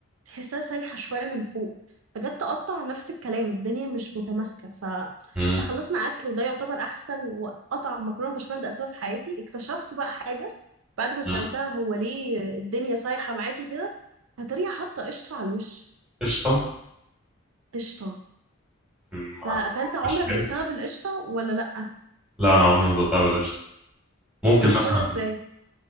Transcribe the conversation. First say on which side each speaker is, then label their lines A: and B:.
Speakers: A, on the right; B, in the centre.
A: تحسها سايحه شويه من فوق فجت تقطع نفس الكلام الدنيا مش متماسكه فاحنا
B: مم.
A: خلصنا اكل وده يعتبر احسن وقطع مكرونه بشاميل دقتها في حياتي اكتشفت بقى حاجه بعد ما سالتها
B: مم.
A: هو ليه الدنيا صايحه معاكي كده هتريها حاطه قشطه على الوش
B: قشطة
A: قشطه
B: مم. مع
A: ف... فانت
B: البشاميل
A: عمرك دقتها بالقشطه ولا لا
B: لا انا عمري ما دقتها بالقشطه ممكن
A: طب بتاكلها
B: مثلا
A: ازاي